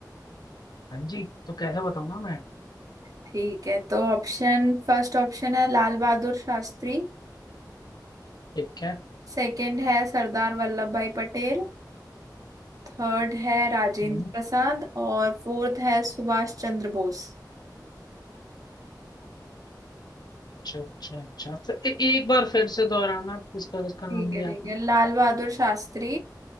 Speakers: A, on the left; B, on the right.
A: हाँ जी तो कैसे बताऊंगा मैं
B: ठीक है तो ऑप्शन फर्स्ट ऑप्शन है लाल बहादुर शास्त्री
A: ठीक है
B: सेकंड है सरदार वल्लभ भाई पटेल थर्ड है राजेंद्र
A: हम्म।
B: प्रसाद और फोर्थ है सुभाष चंद्र बोस
A: अच्छा अच्छा अच्छा तो ए, एक बार फिर से दोहराना किसका किसका नाम
B: ठीक
A: लिया
B: है ठीक
A: आपने
B: है लाल बहादुर शास्त्री